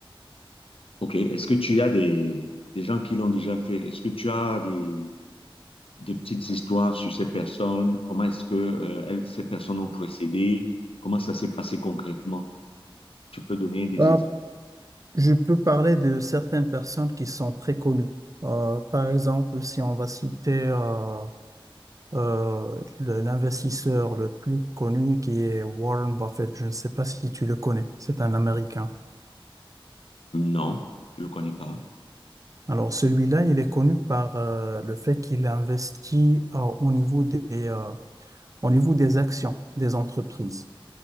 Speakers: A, on the left; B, on the right.
A: OK. Est-ce que tu as des, des gens qui l'ont déjà fait? Est-ce que tu as des, des petites histoires sur ces personnes? Comment est-ce que euh, elles- ces personnes ont procédé? Comment ça s'est passé concrètement? Tu peux donner des
B: Ben,
A: exemples?
B: je peux parler de certaines personnes qui sont très connues. Euh, par exemple, si on va citer euh, euh, le- l'investisseur le plus connu qui est Warren Buffett, je ne sais pas si tu le connais, c'est un Américain.
A: Non, je ne le connais pas.
B: Alors celui-là, il est connu par euh, le fait qu'il investit euh, au niveau des, euh, au niveau des actions des entreprises.